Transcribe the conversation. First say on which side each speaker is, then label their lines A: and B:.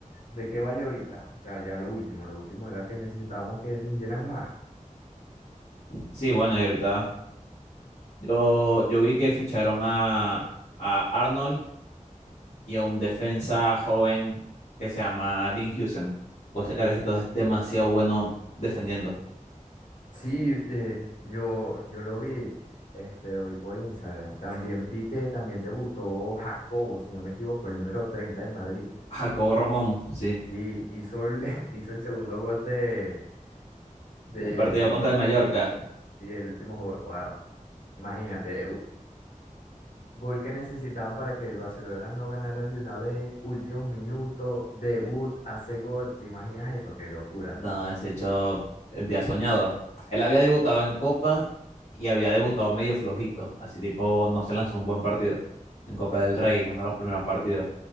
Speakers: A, on the left (about 80°); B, on the left (about 60°).
A: de qué vale ahorita? O sea, ya lo último, lo último era que necesitábamos que rindieran más.
B: sí, bueno, y ahorita yo, yo vi que ficharon a, a Arnold y a un defensa joven que se llama Dean Houston. Pues ese carecito es demasiado bueno defendiendo.
A: Sí, eh, yo, yo lo vi, este, lo vi por Instagram. También vi que también debutó Jacobo, si no me equivoco, el número 30 del Madrid.
B: Jacobo Romón, sí,
A: Sí, hizo el, <laughs> hizo el segundo gol de, de,
B: del partido
A: de
B: contra
A: Gordon,
B: el Mallorca.
A: sí, el último gol. Wow. Imagínate, u- gol que necesitaban para que el Barcelona no ganaran de una vez, últimos minutos, debut, hace gol. ¿Te imaginas eso? Qué locura.
B: No, ese hecho el día soñado. Él había debutado en Copa y había debutado medio flojito, así tipo no se lanzó un buen partido en Copa del Rey, uno de los primeros partidos.